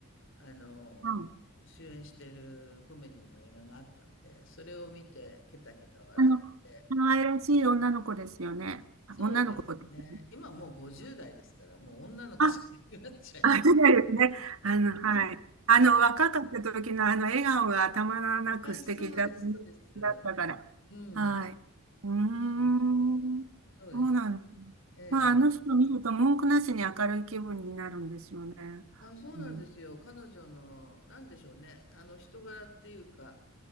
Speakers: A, on the left (about 60°); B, on the right (about 75°).
A: あの、
B: うん。
A: 主演してるコメディの映画があったので、それを見て、ケタケタ笑って、
B: あの、可愛らしい女の子ですよね。あ女の子って言ったね。
A: そうですね。今もう50代ですから、もう女の子じゃなくなっちゃいます。
B: あ、あ、そうですね。あの、はい。あの、
A: はい。
B: 若かった時のあの笑顔がたまらなく素敵だ、
A: あ、そうです、そうです。
B: だったから。
A: うん。
B: はい。うーん。
A: そうそうそう。そうですね。
B: そうなの。
A: ええ
B: まあ、あの人見ると文句なしに明るい気分になるんですよね。
A: あ、そうなんですよ。
B: うん。
A: 彼女の、なんでしょうね。あの、人柄っていうか、